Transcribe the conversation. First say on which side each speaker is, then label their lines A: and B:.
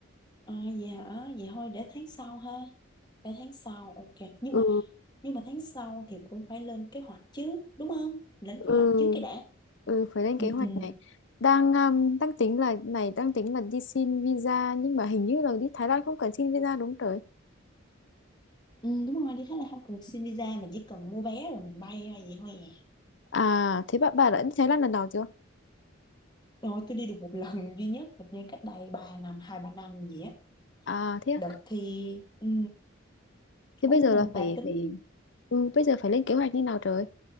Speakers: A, on the left; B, on the left.
A: À, vậy hả? Vậy thôi để tháng sau ha. Để tháng sau, ok. Nhưng
B: ừ
A: mà nhưng mà tháng sau thì cũng phải lên kế hoạch chứ, đúng không? Lên
B: ừ
A: kế hoạch trước cái đã.
B: ừ phải lên
A: Ừ,
B: kế hoạch
A: ừ.
B: này đang um, đang tính là này đang tính là đi xin visa nhưng mà hình như là đi Thái Lan không cần xin visa đúng rồi
A: Ừ, đúng rồi, đi Thái Lan không cần xin visa mình chỉ cần mua vé rồi mình bay ra vậy thôi à.
B: À thế bạn bà đã đi Thái Lan lần nào chưa?
A: Rồi tôi đi được một lần duy nhất hình như cách đây 3 năm, 2 3 năm gì á.
B: À thế á.
A: Đợt thì ừ,
B: thế bây
A: ủa
B: giờ
A: mà
B: là phải
A: bà tính
B: phải ừ, bây giờ phải lên kế hoạch như nào trời?